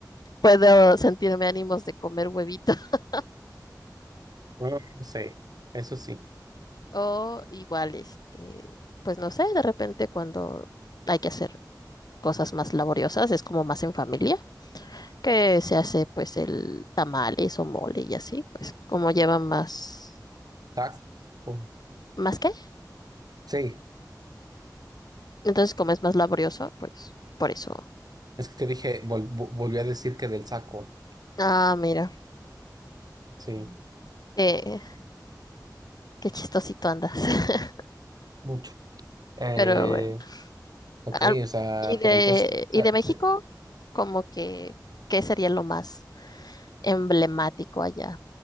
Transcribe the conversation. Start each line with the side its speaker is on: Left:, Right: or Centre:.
Left: Puedo sentirme ánimos de comer huevito <laughs>
Right: No, no sé, eso sí.
Left: o igual, este, pues no sé, de repente cuando hay que hacer cosas más laboriosas, es como más en familia que se hace pues el tamales o mole y así, pues como lleva más,
Right: Taco.
Left: ¿más qué?
Right: Sí,
Left: Entonces como es más laborioso, pues por eso.
Right: es que dije, vol- vo- volví a decir que del saco.
Left: Ah, mira,
Right: Sí,
Left: qué, qué chistosito andas. <laughs>
Right: mucho. Eh,
Left: Pero bueno,
Right: ok,
Left: al-
Right: o sea,
Left: y de,
Right: pero entonces,
Left: y
Right: ah,
Left: de México,
Right: te-
Left: como que, ¿qué sería lo más emblemático allá?